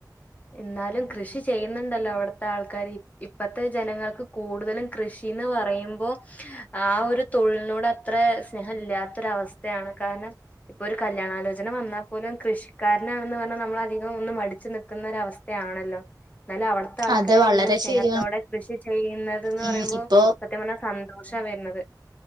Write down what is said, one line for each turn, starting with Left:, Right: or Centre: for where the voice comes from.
Left: എന്നാലും കൃഷി ചെയ്യുന്നുണ്ടല്ലോ അവിടുത്തെ ആൾക്കാർ ഇപ്പഴത്തെ ജനങ്ങൾക്ക് കൂടുതലും കൃഷി. എന്ന് പറയുമ്പോ ആഹ് ഒരു തൊഴിലിനോട് അത്ര സ്നേഹം ഇല്ലാത്തൊരു അവസ്ഥയാണ് കാരണം. ഇപ്പൊ ഒരു കല്യാണ ആലോചന വന്നാൽ പോലും കൃഷിക്കാരനാണെന്ന് പറഞ്ഞാൽ നമ്മള് അധികം ഒന്ന് മടിച്ച് നി ക്കുന്നൊരു അവസ്ഥയാണല്ലോ, എന്നാലും അവിടുത്തെ ആൾക്കാർ
Right: അത് വളരെ
Left: ഇങ്ങനെ സ്നേഹത്തോടെ.
Right: ശരിയാണ്
Left: കൃഷി ചെയ്യുന്നത് എന്ന്
Right: ഉം
Left: പറയുമ്പോ
Right: ഇപ്പൊ
Left: സത്യം പറഞ്ഞാൽ സന്തോഷാ വരുന്നത്.